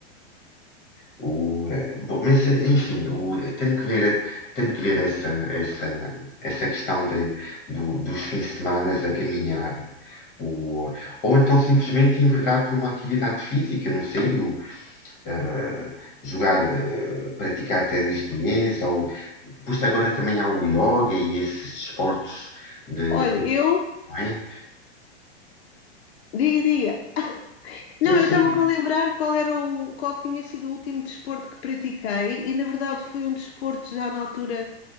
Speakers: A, on the left; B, on the left.
A: O, eh, bom, mas, eh, enfim, o- eh, tenho que ver, tenho que ver essa, essa, essa questão de, do- dos fins de semana a caminhar. O, ou então simplesmente enverdar por uma atividade física, não sei, o, eh, jogar, eh, praticar ténis de mesa, ou pois agora também há o yoga e esses desportos de,
B: Olha,
A: não
B: eu.
A: é?
B: Diga, diga. Não,
A: Sim, sim,
B: eu estava-me a lembrar qual era o, qual tinha sido o último desporto que pratiquei, e na verdade foi um desporto já na altura,